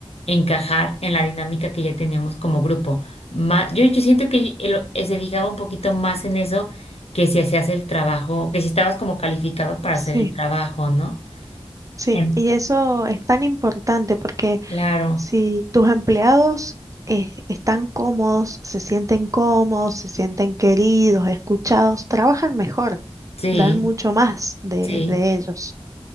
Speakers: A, on the left; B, on the right.
A: encajar en la dinámica que ya teníamos como grupo. Ma- yo, yo siento que el- eh, se fijaba un poquito más en eso que si hacías el trabajo, que si estabas como calificado para hacer
B: Sí,
A: el trabajo, ¿no?
B: sí.
A: En-
B: Y eso es tan importante porque
A: claro,
B: Si tus empleados eh, están cómodos, se sienten cómodos, se sienten queridos, escuchados, trabajan mejor,
A: sí,
B: dan mucho más de,
A: sí,
B: de ellos.